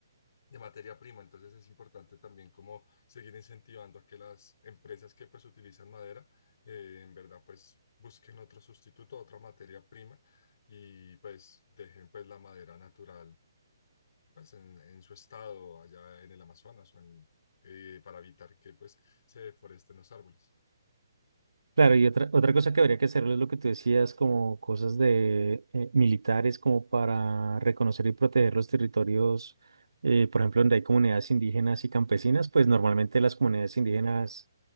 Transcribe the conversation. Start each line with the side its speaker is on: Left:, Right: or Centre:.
Left: de materia prima. Entonces es importante también como seguir incentivando a que las empresas que pues utilizan madera, eh, en verdad pues busquen otro sustituto, otra materia prima y pues dejen pues la madera natural pues en, en su estado allá en el Amazonas o en, eh, para evitar que pues se deforesten los árboles.
Right: Claro, y otra, otra cosa que habría que hacer es lo que tú decías, como cosas de eh, militares, como para reconocer y proteger los territorios, eh, por ejemplo, donde hay comunidades indígenas y campesinas, pues normalmente las comunidades indígenas,